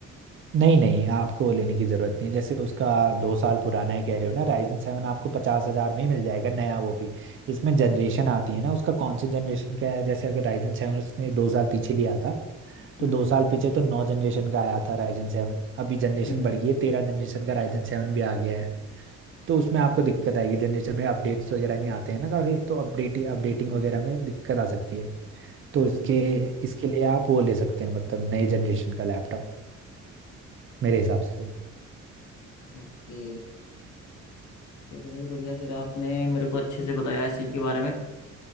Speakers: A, on the right; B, on the left.
A: नहीं नहीं आपको वो लेने की ज़रूरत नहीं है। जैसे उसका दो साल पुराना है कह रहे हो ना राइजन सेवन आपको पचास हज़ार में ही मिल जाएगा नया वो भी इसमें जनरेशन आती है ना उसका कौन से जनरेशन का है जैसे अगर राइजन सेवन उसने दो साल पीछे लिया था तो
B: हम्म
A: दो साल पीछे तो नौ जनरेशन का आया था राइजन सेवन अभी जनरेशन
B: हम्म
A: बढ़
B: हम्म,
A: गई है तेरह जनरेशन का राइजन सेवन भी आ गया है तो उसमें आपको दिक्कत आएगी जनरेशन में अपडेट्स वगैरह नहीं आते हैं ना काफ़ी तो अपडेट अपडेटिंग
B: अच्छा अच्छा
A: वगैरह में दिक्कत आ सकती है तो
B: हम्म
A: इसके
B: हम्म हम्म,
A: इसके लिए आप वो ले सकते हैं मतलब नए जनरेशन का लैपटॉप मेरे हिसाब से तो
B: ओके चलो भाई बढ़िया फिर आपने मेरे को अच्छे से बताया इस चीज़ के बारे में